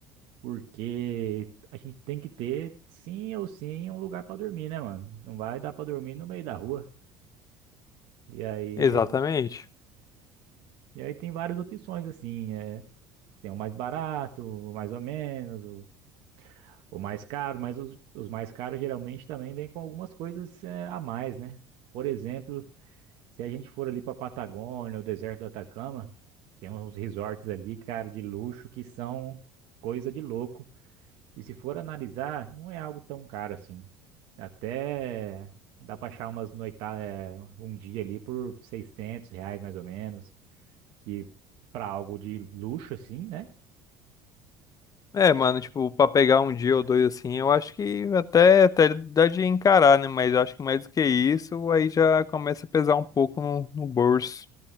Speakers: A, on the right; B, on the left.
A: porque a gente tem que ter, sim ou sim, um lugar para dormir, né, mano? Não vai dar para dormir no meio da rua. E aí,
B: Exatamente.
A: e aí tem várias opções, assim, é, tem o mais barato, o mais ou menos, o, o mais caro, mas os, os mais caros geralmente também vêm com algumas coisas, é, a mais, né? Por exemplo, Se a gente for ali pra Patagônia, o deserto do Atacama, tem uns resorts ali, cara, de luxo que são coisa de louco. E se for analisar, não é algo tão caro assim. Até dá para achar umas noita, é, um dia ali por 600 reais mais ou menos, que para algo de luxo assim, né?
B: É, mano, tipo, pra pegar um dia ou dois assim, eu acho que até, até dá de encarar, né? Mas eu acho que mais do que isso, aí já começa a pesar um pouco no, no bolso.